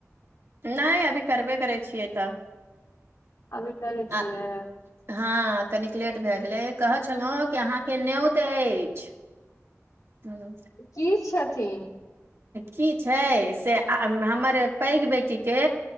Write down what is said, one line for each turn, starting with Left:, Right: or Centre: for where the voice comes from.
Right: नइ अभी करबे करै छियै तऽ
Left: अभी करै छियै
Right: आ हँ कनिक लेट भए कहै छलहुँ कि अहाँके न्यौत अछि हम्म,
Left: की छै थिन
Right: की छै से हमर पैघ बेटीके